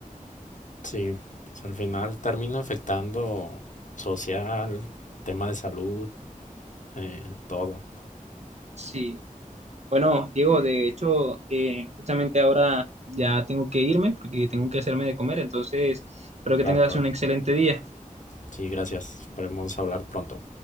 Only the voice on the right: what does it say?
Sí, bueno, Diego, de hecho, eh, justamente ahora ya tengo que irme porque tengo que hacerme de comer, entonces espero que
tengas
un excelente día.